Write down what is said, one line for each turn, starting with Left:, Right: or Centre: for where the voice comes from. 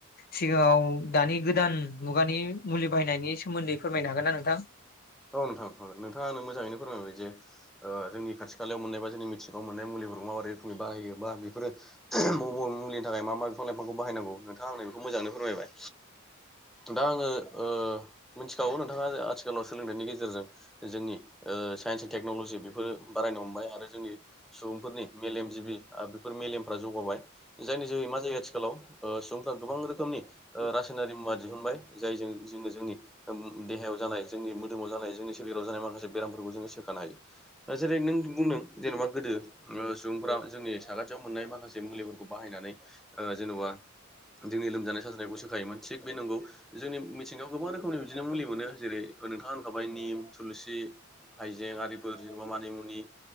Left: सिगाङाव दानि गोदान मुगानि मुलि बाहायनायनि सोमोन्दै फोरमायनो हागोन ना नोंथां?
Centre: औ नोंथां हागोन नोंथाङा नों मोजाङै फोरायनोबाय जे ओ जोंनि खाथि खालायाव मोननायबा जोंनि मिथि बाव मोननाय मुलिफोरखौ माबायदि रोखोमै बाहायोबा बेफोरो म' म' मुलिनि थाखाय मा मा बिफां लाइफांखौ बाहायनांगौ नोंथाङा आंनो बेखौ मोजाङैनो फोरमायबाय दा आङो ओ मिथिखागौ नोंथाङा आथिखालाव बेनि गेजेरजों जोंनि ओ साइन्स एन्ड टेक्न'लजि बेफोरो बारायनो हमबाय आरो जोंनि सुबुंफोरनि मेलेम जिबि बेफोर मेलेमफ्रा जौगाबाय जायनि जोहै मा जायो आथिखालाव ओ सुबुंफ्रा गोबां रोखोमनि ओ रासायनारि मुवा दिहुनबाय जायजों जोङो जोंनि देहायाव जानाय जोंनि मोदोमाव जानाय जोंनि सोलेराव जानाय माखासे बेरामफोरखौ जोङो सोखानो हायो जेरै नों बुंदों जेनेबा गोदो ओ सुबुंफोओरा जोंनि साखाथियाव मोननाय माखासे मुलिफोरखौ बाहायनानै ओ जेन'बा जोंनि लोमजानाय साजानायखौ सोखायोमोन। थिग बे नंगौ जोंनि मिथिङायाव गोबां रोखोमनि बिदिनो मुलि मोनो जेरै नोंथाङा होनखाबाय निम, थुलुसि, हाइजें आरिफोर जेनबा मानि मुनि